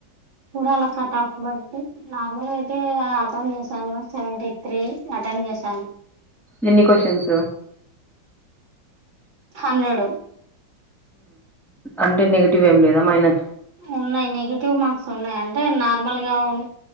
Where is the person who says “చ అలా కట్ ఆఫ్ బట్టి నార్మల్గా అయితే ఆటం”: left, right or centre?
Right